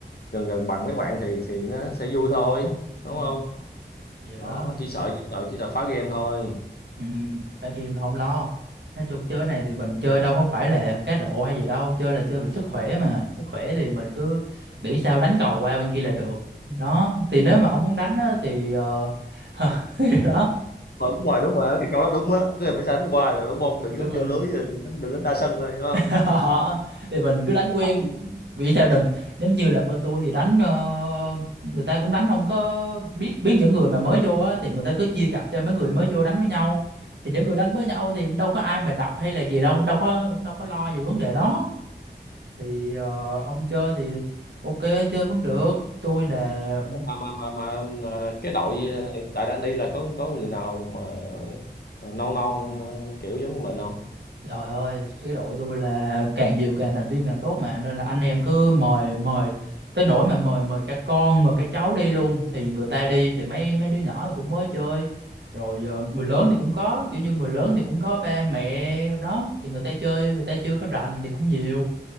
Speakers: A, on the left; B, on the right.
A: gần gần bằng mấy bạn thì thì nó sẽ vui thôi đúng
B: Ừ,
A: không
B: vậy
A: đó
B: đó
A: chỉ sợ chỉ sợ chỉ sợ phá game thôi
B: Ừ, phải game là không lo nói chung chơi này thì mình chơi đâu có phải là cá độ hay gì đâu chơi là chơi vì sức khỏe mà sức khỏe thì mình cứ nghĩ sao đánh cầu qua bên kia là được đó thì nếu mà ông muốn đánh á, thì ờ, <laughs> thì đó
A: Rồi, đúng rồi đúng rồi cái câu đó đúng á cứ bị đánh hoài là đúng
B: Ừ,
A: không đừng
B: đúng
A: đánh
B: rồi
A: vô lưới rồi đừng đánh đừng đánh đa sân thôi đúng không
B: đó. thì mình cứ đánh
A: Cái
B: quen
A: thắng
B: vì sao đừng giống như là bên tôi thì đánh ờ, người ta cũng đánh không có biết biết những người mà mới vô á thì người ta cứ chia cặp cho mấy người mới vô đánh với nhau thì những người đánh với nhau thì đâu có ai mà đập hay là gì đâu cũng đâu có cũng đâu có lo về vấn đề đó thì ờ, ông chơi thì ok chơi vẫn được tôi là
A: mà mà mà mà ờ, cái đội ờ, hiện tại đang đi là có có người nào mà ờ, non non ờ, kiểu giống như mình không
B: Trời ơi, cái đội tôi là càng nhiều càng thành viên càng tốt mà nên là anh em cứ mời mời tới nỗi mà mời mời cả con rồi cả cháu đi luôn thì người ta đi thì mấy mấy đứa nhỏ thì cũng mới chơi rồi ờ, người lớn thì cũng có kiểu như người lớn thì cũng có ba mẹ đó thì người ta chơi người ta chưa có rành thì cũng nhiều